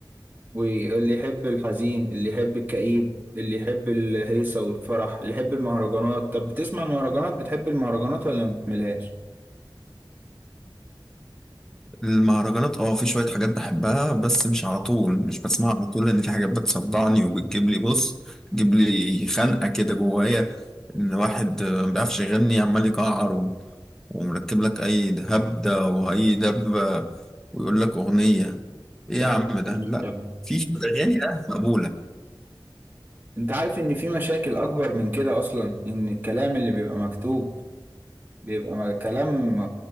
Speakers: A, on the right; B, in the centre.
A: واللي يحب الحزين اللي يحب الكئيب اللي يحب الهيصة والفرح اللي يحب المهرجانات طب بتسمع المهرجانات بتحب المهرجانات ولا ما بتملهاش
B: المهرجانات اه في شوية حاجات بحبها بس مش على طول مش بسمعها على طول لأن في حاجات بتصدعني وبتجيب لي بص تجيب لي خنقة كده جوايا إن واحد آه، ما بيعرفش يغني عمال يجعر و- ومركب لك أي هبدة وأي دبة ويقول لك أغنية إيه يا
A: ده حق
B: عم ده
A: جميل
B: لأ
A: فعلا
B: في شوية أغاني آه مقبولة
A: انت عارف ان في مشاكل اكبر من كده اصلا ان الكلام اللي بيبقى مكتوب بيبقى م- كلام